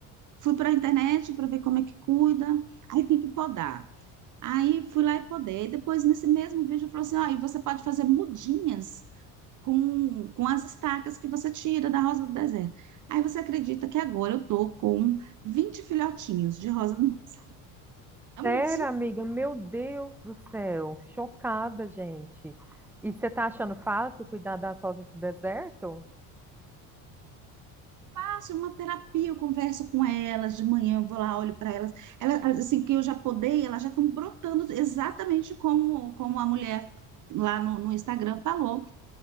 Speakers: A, on the right; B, in the centre.
A: fui para a internet para ver como é que cuida, aí tem que podar. Aí fui lá e podei. Depois, nesse mesmo vídeo, falou assim: ó, e você pode fazer mudinhas com, com as estacas que você tira da rosa do deserto. Aí você acredita que agora eu tô com 20 filhotinhos de rosa. do deserto. É
B: Sério,
A: muito assim,
B: amiga? Meu Deus do céu, chocada, gente. E você tá achando fácil cuidar das rosas do deserto?
A: fácil, uma terapia, eu converso com elas, de manhã eu vou lá, olho para elas. Elas, assim, que eu já podei, elas já estão brotando exatamente como, como a mulher lá no, no Instagram falou,